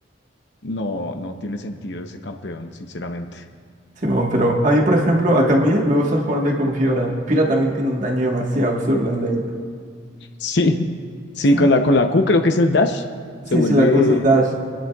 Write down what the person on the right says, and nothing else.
Simón, pero a mí, por ejemplo, a Camille me gusta jugar de con Fiora. Fiora también tiene un daño demasiado absurdo en late.
Sí,
Sí,
sí, la Q es dash.